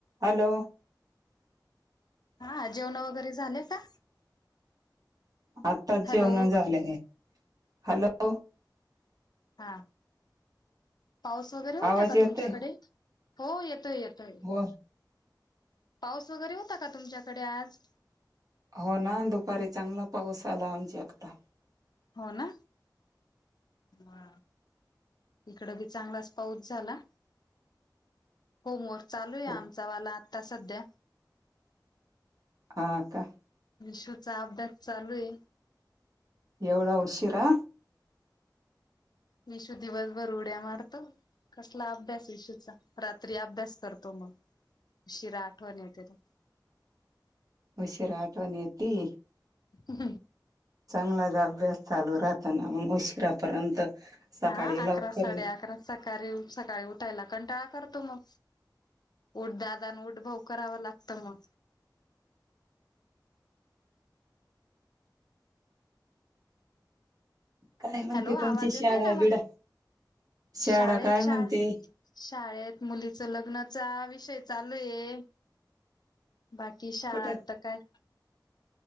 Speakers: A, on the right (about 50°); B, on the left (about 65°).
A: Hello
B: हा जेवण वगैरे झालंय का
A: आताच
B: हॅलो
A: जेवण झाले आहे हॅलो
B: हा पाऊस वगैरे होता
A: आवाज
B: का
A: येतय
B: तुमच्याकडे हो येतोय येतोय
A: हो
B: पाऊस वगैरे होता का तुमच्याकडे आज
A: हो ना दुपारी चांगला पाऊस आला आमच्या आता
B: हो ना हा इकड बी चांगलाच पाऊस झाला होमवर्क चालू आहे
A: खूप
B: आमचा वाला आता सध्या
A: हा का
B: शचा अद्यास चालू आहे
A: एवढा उशीिरा
B: मीशू दिवसभर उड्या मारतो कसला अभ्यास विशूचा रात्री अभ्यास करतो मग उशिरा आठवण येत ना.
A: उशीरा आठवण येेती.
B: ह
A: चांगलाच अभ्यास चालू राहताना मग उशिरापर्यंत. सकाळी
B: हा अकरा
A: लवकर
B: साडे
A: ये.
B: अकरा सकाळी सकाळी उठायला कंटाळा करतो मग उठ दादा आणि उठ भाऊ कराव लागतं मग
A: काय म्हणते
B: हॅलो आवाज
A: तुमची शाळा
B: येतोय ना
A: बिडा
B: मग
A: शाळा
B: शाळेच्या
A: काय म्हणते
B: शाळेत मुलीच लग्नाचा विषय चालूये बाकी शाळा
A: कुठे
B: तर काय.